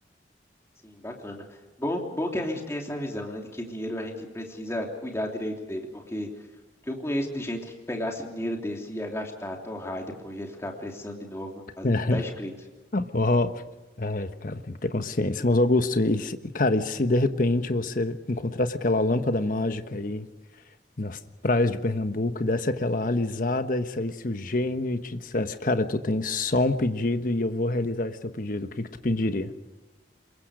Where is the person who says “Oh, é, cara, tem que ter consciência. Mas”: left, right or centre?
Left